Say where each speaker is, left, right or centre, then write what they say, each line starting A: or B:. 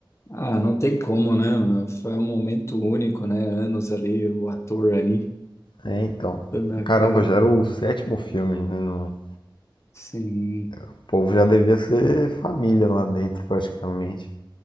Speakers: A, on the left; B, on the left.
A: Ah, não tem como, né? Ana? Foi um momento único, né? Anos ali, o ator ali,
B: É, então.
A: dando a
B: Caramba,
A: cara.
B: já era o sétimo filme, né? Não,
A: Sim,
B: O povo já devia ser família lá dentro, praticamente.